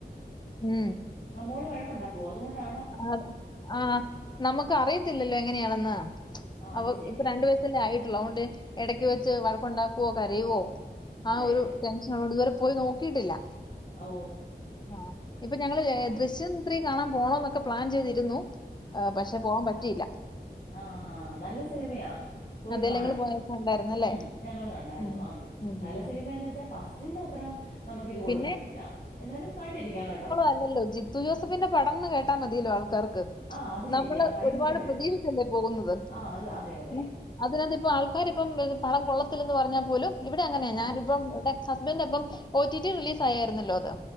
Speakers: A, on the left; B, on the left.
A: ഉം
B: ആഹ് മോള് വഴക്കൊണ്ടാക്കുവോ അതുകൊണ്ടാ
A: അത് ആഹ് നമുക്ക് അറിയത്തില്ലല്ലോ എങ്ങനെയാണെന്ന്
B: ആ
A: അവ
B: അത് ശെരിയാ.
A: ഇപ്പോ രണ്ടു വയസല്ലേ ആയിട്ടുള്ളു അതുകൊണ്ട് എടക്ക്
B: ഉം.
A: വെച്ച് വഴ ക്കൊണ്ടാക്കുവോ കരയുവോ
B: അതെ
A: ആ ഒരു
B: അതെ.
A: ടെൻഷനൊള്ളൊണ്ട് ഇതുവരെ പോയി നോക്കിട്ടില്ല
B: ഓ!
A: ആഹ് ഇപ്പോ ഞങ്ങള്
B: ആ.
A: ദൃശ്യം ത്രീ കാണാൻ പോകണംന്നൊക്കെ പ്ലാൻ ചെയ്തിരുന്നു ആഹ് പഷേ പോകാൻ പറ്റിലാ
B: ആഹ് ആഹ് നല്ല സിനിമയാ പോയി
A: അതേല്ലേ
B: കാണ്
A: ഇങ്ങള് പോയപ്പോ ഉണ്ടായിരുന്നല്ലേ
B: ഉം ഞങ്ങള് കണ്ടായിരുന്നു
A: ഉം
B: അം
A: ഉം
B: നല്ല
A: ഉം
B: സിനിമേന്ന്
A: ഉം
B: വെച്ചാ ഫസ്റ്റിന്റെ അത്രം നമക്കിത് കൊടുക്കാനില്ല
A: പിന്നെ
B: എന്നാലും കണ്ടിരിക്കാം കേട്ടോ
A: അല്ലല്ലോ ജി ത്തു ജോസഫിന്റെ പടംന്ന് കേട്ടാ മതിയല്ലോ ആൾക്കാർക്ക്
B: ആ അത് ശെരിയാ.
A: നമ്മള്
B: ഭയങ്കര
A: ഒരുപാട് പ്രതീഷിച്ചല്ലേ പോകുന്നത്
B: ആ അത് അതെ അതെ.
A: ഉം അതിനകത്ത് ഇപ്പം ആൾക്കാർ ഇപ്പം പടം കൊള്ളത്തില്ലന്ന് പറഞ്ഞാൽ പോലും ഇവിടെ അങ്ങനെയാ
B: അതെ.
A: ഞാനിപ്പം ടെ ഹസ്ബൻഡ് അപ്പം ഒ ടി ടി റിലീസ് ആയായിരുന്നല്ലോ അത്